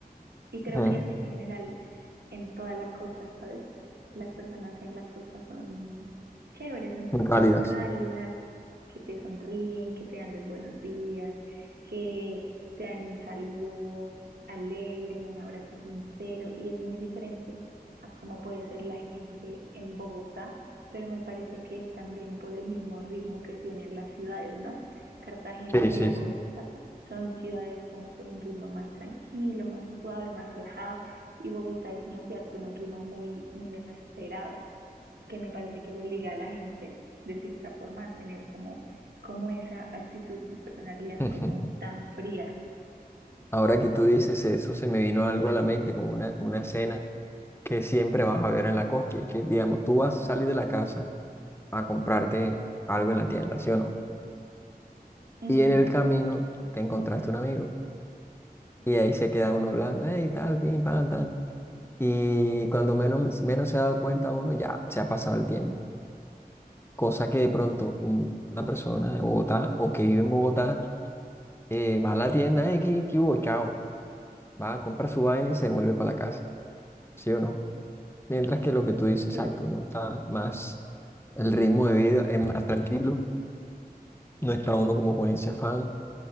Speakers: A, on the right (about 85°); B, on the left (about 15°).
A: Y creo
B: Ujú,
A: que es en general en toda la costa, ¿sabes? Las personas en la costa son chéveres, son
B: Muy
A: personas
B: cálidas.
A: cálidas, que te sonríen, que te dan los buenos días, que te dan un saludo alegre, un abrazo sincero, y es muy diferente a cómo puede ser la gente en Bogotá, pero me parece que es también por el mismo ritmo que tienen las ciudades, ¿no? Cartagena
B: Sí,
A: y
B: sí,
A: la costa
B: sí.
A: son ciudades como con un ritmo más tranquilo, más suave, más relajado. Y Bogotá es una ciudad con un ritmo muy, muy acelerado, que me parece que obliga a la gente, de cierta forma, a tener como, como esa actitud y personalidad
B: <laughs>
A: como tan fría.
B: Ahora que tú dices eso, se me vino algo a la mente, como una, una escena. que siempre vas a ver en la costa. Y que, digamos, tú vas a salir de la casa a comprarte algo en la tienda, ¿sí o no?
A: Ujú,
B: Y en el camino te encontraste un amigo. Y ahí se queda uno hablando, hey, tal, pim, pam, tal. Y cuando menos, menos se ha dado cuenta uno, ya se ha pasado el tiempo. Cosa que de pronto un- una persona de Bogotá o que vive en Bogotá eh, va a la tienda, hey, ¿qué, qué hubo? Chao. Va a comprar su vaina y se vuelve para la casa, ¿sí o no? Mientras que lo que tú dices, exacto,
A: Sí,
B: uno está más, el ritmo de vida es más tranquilo no está uno como con ese afán